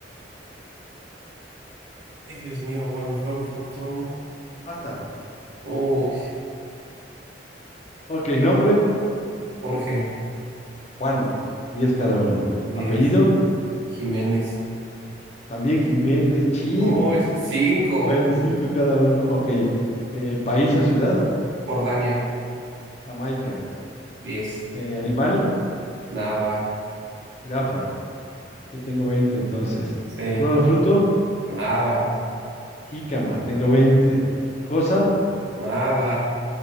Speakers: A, on the right; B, on the left.
A: Ay, Dios mío. Bueno, flor, fruto.
B: basta.
A: Oh,
B: Ok, nombre,
A: Jorge.
B: Juan, 10 cada uno.
A: diez
B: Apellido,
A: Jiménez.
B: también Jiménez Chin.
A: Oh,
B: <laughs>
A: cinco
B: Bueno, 5 cada uno. Ok, eh, país o ciudad,
A: Jordania.
B: Jamaica.
A: diez
B: Eh, animal,
A: Nada.
B: jirafa. Yo tengo 20, entonces.
A: Sí.
B: Flor o fruto,
A: Nada.
B: jícama. Tengo 20. Cosa,
A: Nada.